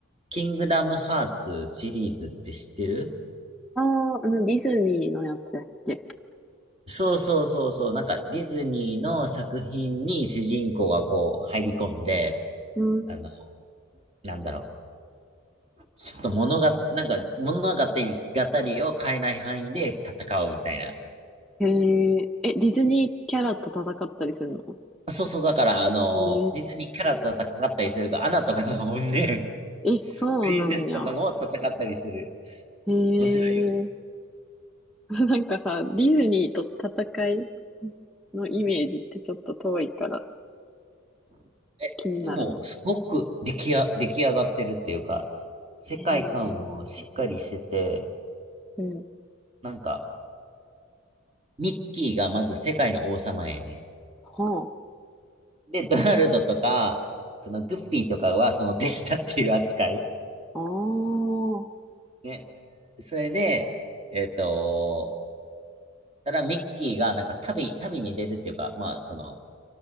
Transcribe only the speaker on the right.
キングダムハーツシリーズって知ってる
そうそうそうそう、なんかディズニーの作品に主人公がこう入り込んで、
あの、なんだろう。ちょっと物が、なんか物語、語りを変えない範囲で戦うみたいな。
あそうそう、だから、あの、
実にキャラと戦ったりするが、アナとかが本ね、<laughs>
プリンセスとかも戦ったりする。
面白いよ。
え、
でも、すごく出来や、出来上がってるっていうか、世界観もしっかりしてて、
なんか、ミッキーがまず世界の王様やね
ん。で、ドナルドとか、そのグッフィーとかはその手下っていう扱い。
ね。それで、えっと、ただミッキーがなんか旅、旅に出るっていうか、まあ、その、